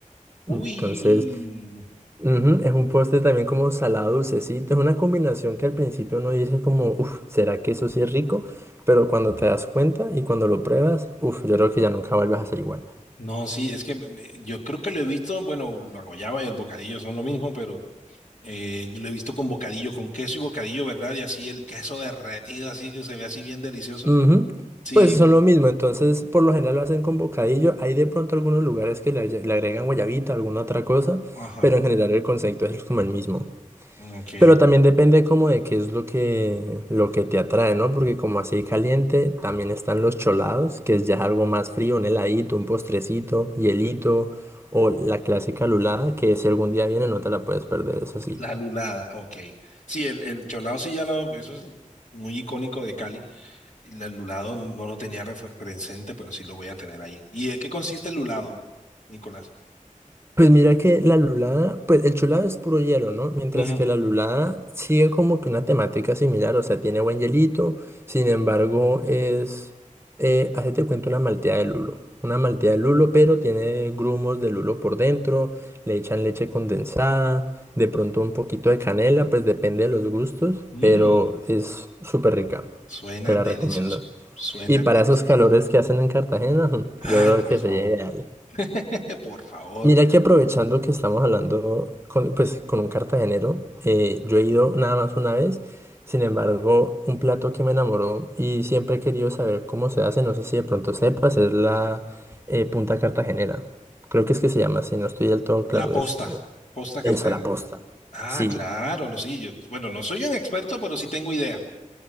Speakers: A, on the right; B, on the left.
A: Entonces,
B: Uy,
A: ujú, es un postre también como salado dulcecito. Es una combinación que al principio uno dice como, uff, ¿será que eso sí es rico? Pero cuando te das cuenta y cuando lo pruebas, uff, yo creo que ya nunca vuelves a ser igual.
B: no, sí, es que me- me- yo creo que lo he visto, bueno, la guayaba y el bocadillo son lo mismo, pero eh, yo lo he visto con bocadillo, con queso y bocadillo, ¿verdad? Y así el queso derretido, así que se ve así bien delicioso.
A: Ujú.
B: Sí,
A: Pues son lo mismo, entonces por lo general lo hacen con bocadillo. Hay de pronto algunos lugares que le, haya- le agregan guayabita, alguna otra cosa,
B: ajá,
A: pero en general el concepto es como el mismo.
B: ok.
A: Pero también depende como de qué es lo que, lo que te atrae, ¿no? Porque como así caliente, también están los cholados, que es ya algo más frío, un heladito, un postrecito, hielito, o la clásica lulada, que si algún día viene no te la puedes perder, eso sí.
B: La lulada, ok. Sí, el, el cholao sí ya lo, eso es muy icónico de Cali. El lulado no lo tenía refer- presente, pero sí lo voy a tener ahí. ¿Y de qué consiste el lulado, Nicolás?
A: Pues mira que la lulada, pues el chulado es puro hielo, ¿no? Mientras
B: Ujú.
A: que la lulada sigue como que una temática similar, o sea, tiene buen hielito, sin embargo es, eh, hacete cuenta una malteada de lulo, una malteada de lulo, pero tiene grumos de lulo por dentro, le echan leche condensada, de pronto un poquito de canela, pues depende de los gustos,
B: Mm.
A: pero es súper rica,
B: Suena
A: te la
B: delicioso.
A: recomiendo.
B: Suena
A: Y para
B: delicioso.
A: esos calores que hacen en Cartagena, <laughs>
B: Ay,
A: yo creo
B: por
A: que
B: favor.
A: sería ideal.
B: <laughs> Por favor.
A: Mira que aprovechando que estamos hablando con, pues, con un cartagenero, eh, yo he ido nada más una vez, sin embargo, un plato que me enamoró y siempre he querido saber cómo se hace, no sé si de pronto sepas, es la eh, punta cartagenera. Creo que es que se llama así, no estoy del todo claro,
B: La posta.
A: es
B: Posta Cartagena.
A: eso, la posta.
B: Ah,
A: Sí,
B: claro, no, sí, yo, bueno, no soy un experto, pero sí tengo idea.